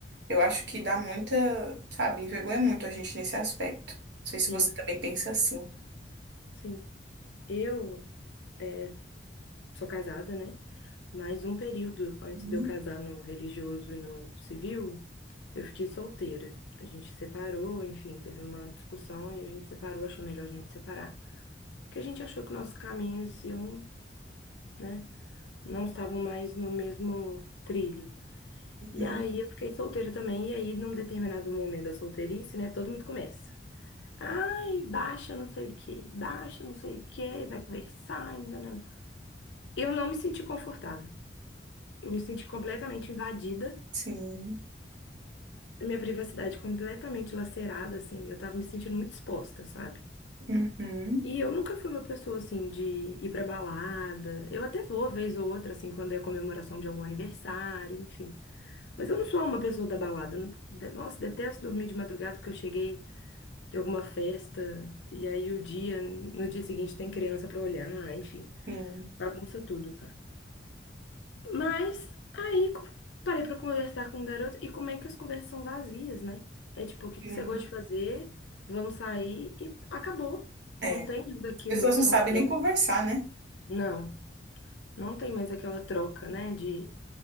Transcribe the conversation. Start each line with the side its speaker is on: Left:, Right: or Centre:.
Right: Eu acho que dá muita, sabe, envergonha muito a gente nesse aspecto. Não sei se
Left: sim,
Right: você também pensa assim.
Left: sim. Eu eh, sou casada, né? Mais um período antes
Right: Uhum,
Left: de eu casar no religioso e no civil, eu fiquei solteira. A gente separou, enfim, teve uma discussão e a gente separou, achou melhor a gente separar. Porque a gente achou que nossos caminhos iam, né, não estavam mais no mesmo trilho.
Right: uhum,
Left: E aí eu fiquei solteira também, e aí num determinado momento da solteirice, né, todo mundo começa. Ai, baixa não sei o quê, baixa não sei o quê, vai conversar, ainda não. Eu não me senti confortável. Eu me senti completamente invadida.
Right: sim.
Left: minha privacidade completamente lacerada, assim, eu tava me sentindo muito exposta, sabe?
Right: Uhum,
Left: E eu nunca fui uma pessoa, assim, de ir pra balada. Eu até vou, vez ou outra, assim, quando é comemoração de algum aniversário, enfim. Mas eu não sou uma pessoa da balada. Eu não- de- Nossa, detesto dormir de madrugada porque eu cheguei de alguma festa e aí o dia, no dia seguinte tem criança pra olhar, enfim,
Right: sim,
Left: bagunça tudo. Mas aí co- parei pra conversar com o garoto e como é que as conversas são vazias, né? É tipo, o que
Right: sim.
Left: que você gosta de fazer? Vamos sair e acabou.
Right: É.
Left: Não
Right: As
Left: tem mais aquilo,
Right: pessoas
Left: aquela
Right: não sabem
Left: troca.
Right: nem conversar, né?
Left: Não, não tem mais aquela troca, né? De